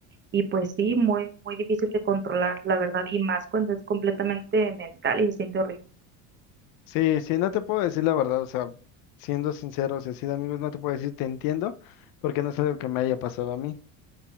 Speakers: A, on the right; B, on the left.
A: y pues sí, muy, muy difícil de controlar, la verdad, y más cuando es completamente mental y se siente horrible.
B: Sí, sí, no te puedo decir la verdad, o sea, siendo sincero, y así de amigos, no te puedo decir te entiendo, porque no es algo que me haya pasado a mí.